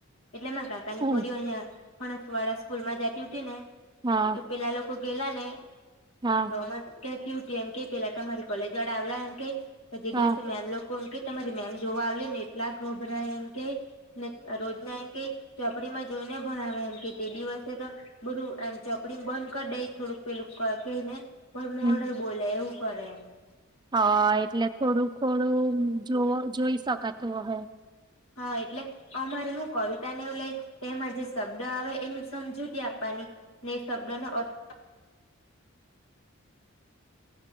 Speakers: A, on the left; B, on the right.
A: એટલે માં કાકાની
B: હા
A: પોરી અહિયાં ફણસ વાળા સ્કૂલ માં જતી ઉ ને
B: હા
A: તો પેલા લો તો ગેલા ને
B: હા
A: તો કેહેતી હોતી એમ કે પેલા તમારી કોલેજ વાળ આવલા એમ કેય તો જે
B: હા
A: દિવસે મેમ લોકો એમ કે, તમારી મેમ જોવા આવે ને, એટલા ગભરાય, એમ કે ને રોજ. મ કે ચપડીમાં જોઈને ભણાવે, એમ કે તે દિવસે તો બરું એમ ચોપડી બંધ કરી દઈ, થોડુંક પેલું કઈ ને. પણ મોર્ડર
B: હમ
A: બોલે, એવું કરે એ.
B: હા, એટલે થોડું થોડું જોવ જોઈ શકાતું, હ.
A: હા, એટલે અમારે હું કવિતા નેવ લઈ તેમાં જે શબ્દ આવે, એની સમજૂતી આપવાની. ને શબ્દના અર્થ.